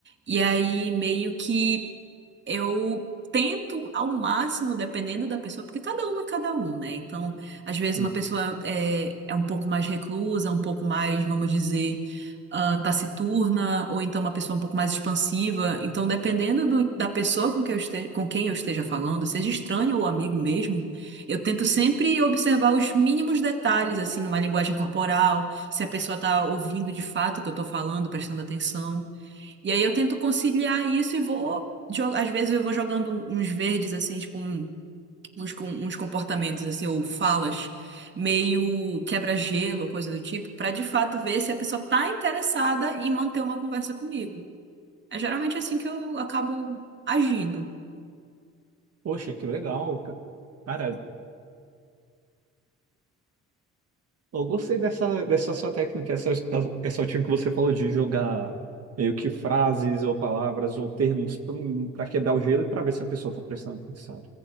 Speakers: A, on the right; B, on the right.
A: E aí, meio que. Eu tento ao máximo, dependendo da pessoa, porque cada um é cada um, né? Então, às vezes
B: Hum.
A: uma pessoa é, é um pouco mais reclusa, um pouco mais, vamos dizer, ah, taciturna, ou então uma pessoa um pouco mais expansiva. Então, dependendo do- da pessoa com que eu este- com quem eu esteja falando, seja estranho ou amigo mesmo, eu tento sempre observar os mínimos detalhes, assim, numa linguagem corporal, se a pessoa tá ouvindo de fato o que eu tô falando, prestando atenção. E aí eu tento conciliar isso e vou. jo- Às vezes eu vou jogando uns verdes, assim, tipo, um- uns, com- uns comportamentos, assim, ou falas, meio quebra-gelo, coisa do tipo, pra de fato ver se a pessoa tá interessada em manter uma conversa comigo. É geralmente assim que eu acabo agindo.
B: Poxa, que legal, cara. Cara, eu gostei dessa, dessa sua técnica, essa, essa última que você falou de jogar meio que frases ou palavras ou termos para quebrar o gelo e para ver se a pessoa está prestando atenção.